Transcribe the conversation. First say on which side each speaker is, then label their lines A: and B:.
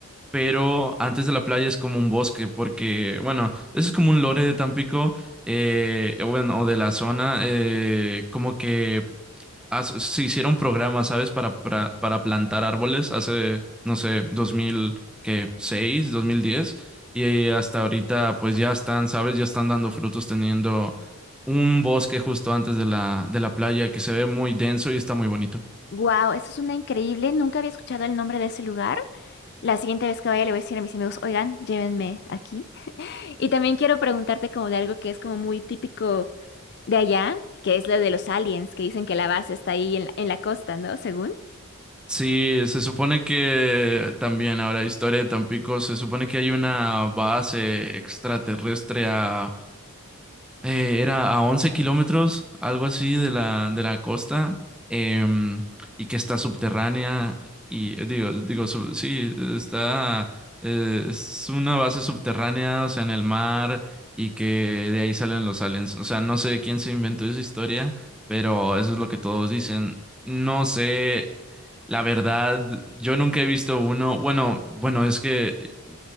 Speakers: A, in the centre; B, on the left (about 50°).
A: pero antes de la playa es como un bosque, porque, bueno, eso es como un lore de Tampico, eh, o bueno, o de la zona, eh, como que haz- se hicieron programas, ¿sabes? Para, para, para plantar árboles hace, no sé, 2006, 2010. Y hasta ahorita, pues ya están, ¿sabes? Ya están dando frutos teniendo un bosque justo antes de la, de la playa que se ve muy denso y está muy bonito.
B: Wow, eso es una increíble, nunca había escuchado el nombre de ese lugar. La siguiente vez que vaya le voy a decir a mis amigos, oigan, llévenme aquí. Y también quiero preguntarte como de algo que es como muy típico. De allá, que es lo de los aliens, que dicen que la base está ahí en la, en la costa, ¿no? Según.
A: Sí, se supone que también ahora, historia de Tampico, se supone que hay una base extraterrestre a Eh, era a 11 kilómetros, algo así, de la, de la costa, em, y que está subterránea, y eh, digo, digo, sub- sí, está, eh, es una base subterránea, o sea, en el mar, y que de ahí salen los aliens. O sea, no sé quién se inventó esa historia, pero eso es lo que todos dicen. No sé, la verdad, yo nunca he visto uno, bueno, bueno, es que...